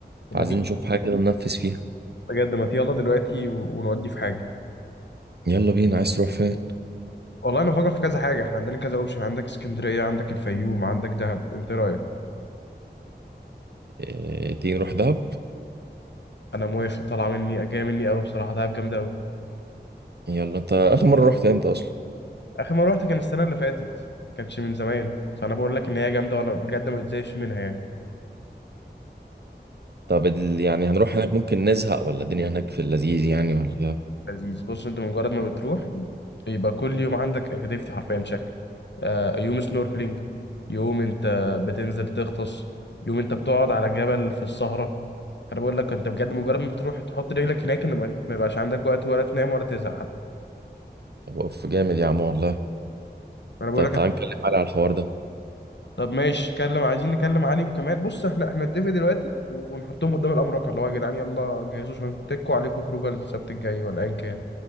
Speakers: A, on the left; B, on the right.
A: طب
B: فعايزين
A: ما تيجي
B: نشوف حاجه كده ننفذ فيها
A: بجد ما تيجي يلا دلوقتي و- ونودي في حاجه
B: يلا بينا عايز تروح فين
A: والله انا بفكر في كذا حاجه احنا عندنا كذا اوبشن عندك اسكندريه عندك الفيوم عندك دهب انت إيه رايك
B: اه تيجي نروح دهب
A: انا موافق طالعه مني جايه مني قوي بصراحه دهب جامده قوي
B: يلا انت اخر مره رحت امتى اصلا
A: اخر مره رحت كان السنه اللي فاتت كانش من زمان فانا بقول لك ان هي جامده وانا بجد ما بتزهقش منها يعني
B: طب ال- يعني هنروح هناك ممكن نزهق ولا الدنيا هناك في اللذيذ يعني ولا
A: لذيذ بص انت مجرد ما بتروح يبقى كل يوم عندك اكتيفيتي حرفيا شكل آه، يوم سنوركلينج يوم انت بتنزل تغطس يوم انت بتقعد على جبل في السهرة فانا بقول لك انت بجد مجرد ما بتروح تحط رجلك هناك ان ما ما يبقاش عندك وقت ولا تنام ولا تزهق حتى
B: طب اوف جامد يا عم والله
A: انا بقول
B: طب
A: لك
B: تعال نتكلم على الحوار ده
A: طب ماشي كلم عايزين نكلم علي وكمال بص احنا احنا نتفق دلوقتي ونحطهم قدام الامر الواقع اللي هو يا جدعان يلا جهزوا عشان تكوا عليكم خروجه السبت الجاي ولا ايا كان